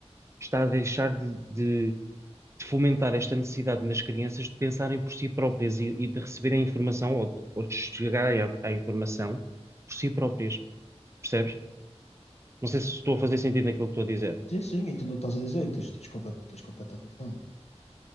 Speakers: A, on the right; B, on the left.
A: está a deixar de, de- de fomentar esta necessidade nas crianças de pensarem por si próprias e, e de receberem informação ou de, ou de chegarem à à informação por si próprias. Percebes? Não sei se estou a fazer sentido naquilo que estou a dizer.
B: Sim, sim, entendo o que estás a dizer e tens, tens, compa- tens completa razão, não é?